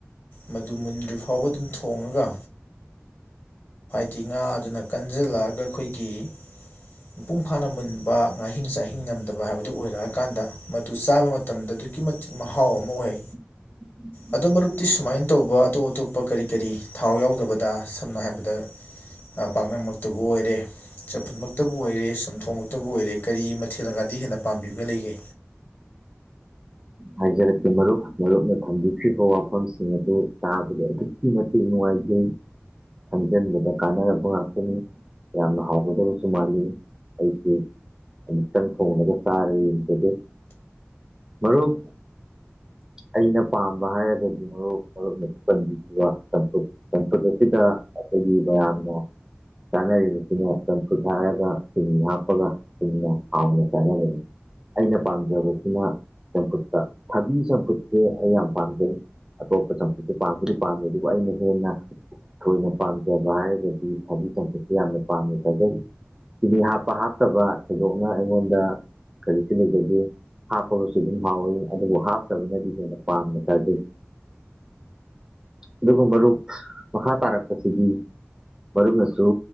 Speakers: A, on the left; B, on the right.
A: ꯃꯗꯨ ꯃꯨꯟꯗ꯭ꯔꯤ ꯐꯥꯎꯕ ꯑꯗꯨꯝ ꯊꯣꯡꯉꯒ ꯇꯤ ꯉꯥ ꯑꯗꯨꯅ ꯀꯟꯖꯤꯜꯂꯛꯑꯒ ꯑꯩꯈꯣꯏꯒꯤ ꯃꯄꯨꯡ ꯐꯥꯅ ꯃꯨꯟꯕ ꯉꯥꯍꯤꯡ ꯆꯥꯍꯤꯡ ꯉꯝꯗꯕ ꯍꯥꯏꯕꯗꯨ ꯑꯣꯏꯔꯑꯀꯥꯟꯗ ꯃꯗꯨ ꯆꯥꯕ ꯃꯇꯝꯗ ꯑꯗꯨꯛꯀꯤ ꯃꯇꯤꯛ ꯃꯍꯥꯎ ꯑꯃ ꯑꯣꯏ
B: <inaudible>
A: ꯑꯗꯣ ꯃꯔꯛꯇꯤ ꯁꯨꯃꯥꯏꯅ ꯇꯧꯕ ꯑꯇꯣꯞ ꯑꯇꯣꯞꯄ ꯀꯔꯤ ꯀꯔꯤ ꯊꯥꯎ ꯌꯥꯎꯗꯕꯗ ꯁꯝꯅ ꯍꯥꯏꯕꯗ ꯑꯥ ꯄꯥꯛꯅꯝꯃꯛꯇꯕꯨ ꯑꯣꯏꯔꯦ ꯆꯝꯐꯨꯠꯃꯛꯇꯕꯨ ꯑꯣꯏꯔꯦ ꯆꯝꯊꯣꯡꯃꯛꯇꯕꯨ ꯑꯣꯏꯔꯦ ꯀꯔꯤ ꯃꯊꯦꯜꯒꯗꯤ ꯍꯦꯟꯅ ꯄꯥꯝꯕꯤꯕꯒ ꯂꯩꯒꯦ
B: ꯍꯥꯏꯖꯔꯛꯀꯦ ꯃꯔꯨꯞ ꯃꯔꯨꯞꯅ ꯊꯝꯕꯤꯈ꯭ꯔꯤꯕ ꯋꯥꯐꯝ ꯁꯤꯡ ꯑꯗꯨ ꯇꯥꯕꯗ ꯑꯗꯨꯛꯀꯤ ꯃꯇꯤꯛ ꯅꯨꯡꯉꯥꯏꯖꯩ ꯈꯪꯖꯤꯟꯕꯗ ꯀꯥꯟꯅꯔꯕ ꯉꯥꯛꯇꯅꯤ ꯌꯥꯝꯅ ꯍꯥꯎꯒꯗꯕꯁꯨ ꯃꯥꯜꯂꯤ ꯑꯩꯁꯤ ꯑꯃꯨꯛꯇꯪ ꯊꯣꯡꯂꯒ ꯆꯥꯔꯒ ꯌꯦꯡꯖꯒꯦ ꯃꯔꯨꯞ ꯑꯩꯅ ꯄꯥꯝꯕ ꯍꯥꯏꯔꯒꯗꯤ ꯃꯔꯨꯞ ꯃꯔꯨꯞꯅ <unintelligible> ꯆꯥꯝꯐꯨꯠ ꯆꯥꯝꯐꯨꯠ ꯑꯁꯤꯗ ꯑꯩꯈꯣꯏꯒꯤ ꯃꯌꯥꯝꯅ ꯆꯥꯅꯔꯤꯕꯁꯤꯅ ꯆꯝꯐꯨꯠ ꯍꯥꯏꯔꯒ ꯁꯤꯅꯤ ꯍꯥꯞꯄꯒ ꯆꯨꯝꯅ ꯍꯥꯎꯅ ꯆꯥꯅꯕꯅꯤ ꯑꯩꯅ ꯄꯥꯝꯖꯕꯁꯤꯅ ꯆꯝꯐꯨꯠ ꯇꯥ ꯊꯕꯤ ꯆꯐꯨꯠꯀꯦ ꯑꯩ ꯌꯥꯝ ꯄꯥꯝꯖꯩ ꯑꯇꯣꯞꯄ ꯆꯝꯐꯨꯠꯇꯨ ꯄꯥꯝꯕꯨꯗꯤ ꯄꯥꯝꯃꯦ ꯑꯗꯨꯕꯨ ꯑꯩꯅ ꯍꯦꯟꯅ ꯊꯣꯏꯅ ꯄꯥꯝꯖꯕ ꯍꯥꯏꯔꯒꯗꯤ ꯊꯥꯕꯤ ꯆꯝꯄꯠꯁꯤ ꯌꯥꯝꯅ ꯄꯥꯝꯃꯦ ꯆꯥꯖꯩ ꯆꯤꯅꯤ ꯍꯥꯞꯄ ꯍꯥꯞꯇꯕ ꯊꯣꯏꯗꯣꯛꯅ ꯑꯩꯉꯣꯟꯗ ꯀꯔꯤꯁꯨ ꯂꯩꯖꯗꯦ ꯍꯥꯞꯄ ꯒꯥꯁꯨ ꯑꯗꯨꯝ ꯍꯥꯎꯋꯤ ꯑꯗꯨꯕꯨ ꯍꯥꯞꯇꯕꯅꯗꯤ ꯍꯦꯟꯅ ꯄꯥꯝꯅ ꯆꯥꯖꯩ ꯑꯗꯨꯒ ꯃꯔꯨꯞ ꯃꯈꯥ ꯇꯥꯔꯛꯄꯁꯤꯗꯤ ꯃꯔꯨꯞꯅꯁꯨ